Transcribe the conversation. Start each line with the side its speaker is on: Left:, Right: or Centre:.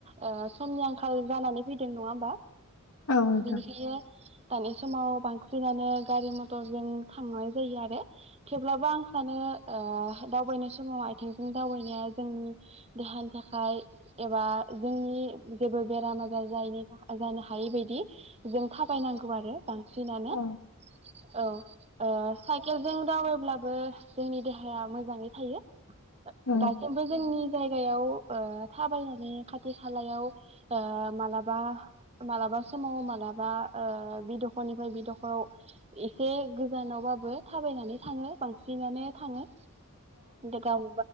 Right: ओ समनि आंखाल जानानै फैदों नङा होमबा।
Left: औ नोंथां
Right: बिनिखायनो दानि समाव बांसिनानो गारि मटरजों थांनाय जायो आरो थेवब्लाबो आं सानो दावबायनाय समाव आइथिंजों दावबायनाया जोंनि देहानि थाखाय एबा जोंनि जेबो बेराम आजार जायैनि जानो हायै बायदि जों थाबायनांगौ आरो बांसिनानो
Left: औ
Right: औ ओ साइकेलजों जावोब्लाबो जोंनि देहाया मोजाङै थायो
Left: औ
Right: दासिमबो जोंनि जायगायाव ओ। थाबायनानै खाथि खालायाव मालाबा मालाबा समाव मालाबा बि दखरनिफ्राय बे दख'राव एसे गोजानावबाबो थाबायनानै थाङो बांसिनानो थाङो। <unintelligible> गाव